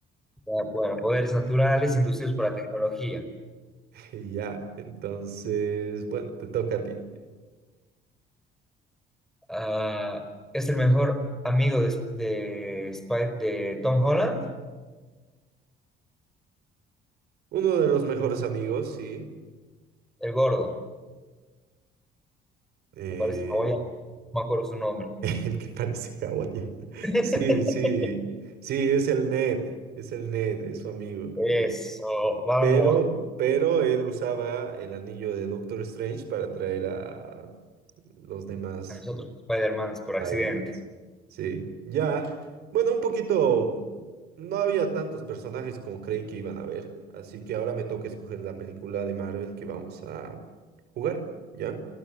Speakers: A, in the centre; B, on the right.
A: Ya, bueno, poderes naturales inducidos por la tecnología.
B: Y Ya, entonces, bueno, te toca a ti.
A: Ah, es el mejor amigo de, de, Spy- de Tom Holland,
B: Uno de los mejores amigos, sí.
A: el gordo,
B: eh,
A: que parece hawaiano, no me acuerdo su nombre.
B: <laughs> el que parece hawaiano.
A: <laughs>
B: Sí, sí, sí, es el Ned, es el Ned, es su amigo.
A: Eso,
B: El,
A: vamos.
B: pero, pero él usaba el anillo de Doctor Strange para atraer a los demás.
A: A nosotros Spider-Man por
B: Spider-Man.
A: accidente.
B: Sí, ya. Bueno, un poquito. No había tantos personajes como creí que iban a haber. Así que ahora me toca escoger la película de Marvel que vamos a jugar. ¿Ya?